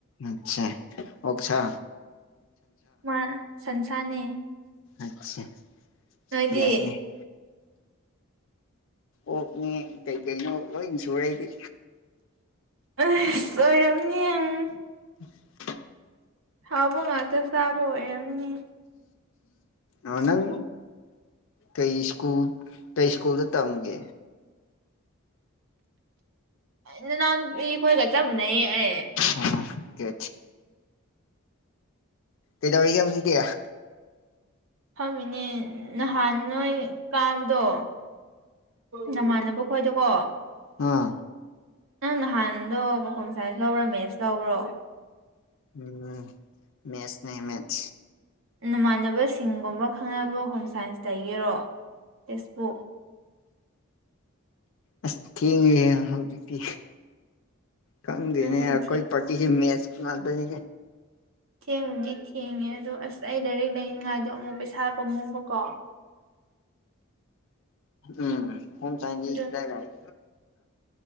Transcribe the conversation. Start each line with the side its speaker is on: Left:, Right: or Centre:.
Left: ꯑꯆꯦ ꯑꯣꯁ
Right: ꯃꯥ ꯁꯟꯁꯥꯅꯦ
Left: ꯑꯆꯥ
Right: ꯅꯣꯏꯗꯤ
Left: ꯌꯥꯏꯅꯦ ꯑꯣꯛꯅꯦ ꯀꯩꯀꯩꯅꯣ ꯂꯣꯏ ꯁꯨꯔꯩꯗꯤ
Right: ꯑ ꯑꯣꯏꯣꯏꯔꯝꯅꯤ
Left: UNINTELLIGIBLE
Right: ꯍꯥꯎꯕ ꯉꯥꯛꯇ ꯆꯥꯕ ꯑꯣꯏꯔꯝꯅꯤ
Left: ꯑ ꯅꯪ ꯀꯩ ꯁ꯭ꯀꯨꯜ ꯀꯩ ꯁ꯭ꯀꯨꯜꯗ ꯇꯝꯒꯦ
Right: ꯅꯅꯥꯥꯟꯈꯣꯏꯒ ꯆꯥꯞ ꯃꯥꯟꯅꯤꯌꯦ ꯑꯩ
Left: ꯑꯣ ꯀ ꯀꯩꯗꯧꯔꯤꯒꯦ ꯍꯧꯖꯤꯛꯇꯤ
Right: ꯐꯝꯃꯤꯅꯦ ꯅꯍꯥꯟ ꯅꯣꯏ ꯀꯥꯕꯗꯣ ꯅꯃꯥꯟꯅꯕ ꯈꯣꯏꯗꯀꯣ
Left: ꯑꯥ
Right: ꯅꯪ ꯅꯍꯥꯟꯗꯣ ꯍ‌ꯣꯝ ꯁꯥꯏꯟꯁ ꯂꯧꯕ꯭ꯔꯥ ꯃꯦꯠꯁ ꯂꯧꯕ꯭ꯔꯣ
Left: ꯎꯝ ꯃꯦꯁꯅꯦ ꯃꯦꯠ
Right: ꯅꯃꯥꯟꯅꯕꯁꯤꯡꯒꯨꯝꯕ ꯈꯪꯅꯕ ꯍꯣꯝ ꯁꯥꯏꯟꯁꯇꯒꯤꯔꯣ ꯇꯦꯛꯁꯕꯨꯛ
Left: ꯑꯁ ꯊꯦꯡꯉꯦ ꯍꯧꯖꯤꯛꯇꯤ ꯈꯪꯗꯦꯅꯦ
Right: ꯎꯝ
Left: ꯑꯩꯈꯣꯏ ꯄꯔ ꯀ ꯃꯦꯁ ꯀꯅꯥꯗꯅꯤ
Right: ꯊꯦꯡꯕꯨꯗꯤ ꯊꯦꯡꯉꯦ ꯑꯗꯣ ꯑꯁ ꯑꯩ ꯂꯥꯏꯔꯤꯛ ꯂꯩꯅꯤꯡꯉꯥꯏꯗꯣ ꯑꯃꯨꯛ ꯄꯩꯁꯥ ꯄꯝꯃꯨꯕꯀꯣ
Left: ꯎꯝ ꯍꯝ ꯆꯥꯏꯟꯁ
Right: ꯑꯗꯨ
Left: ꯏ ꯂꯥꯛ